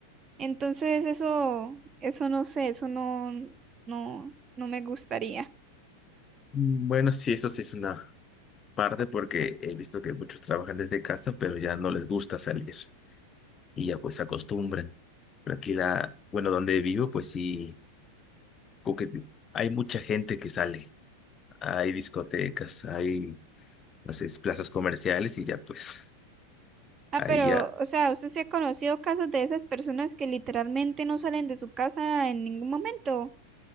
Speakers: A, on the right; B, on the left.
A: Entonces eso, eso no sé, eso no, no, no me gustaría.
B: Mm, Bueno, sí, eso sí es una parte porque he visto que muchos trabajan desde casa, pero ya no les gusta salir. y ya pues se acostumbran. Pero aquí la, bueno, donde vivo, pues sí, como que hay mucha gente que sale. Hay discotecas, hay, no sé, plazas comerciales y ya pues
A: Ah,
B: ahí
A: pero,
B: ya,
A: o sea, ¿usted se ha conocido casos de esas personas que literalmente no salen de su casa en ningún momento?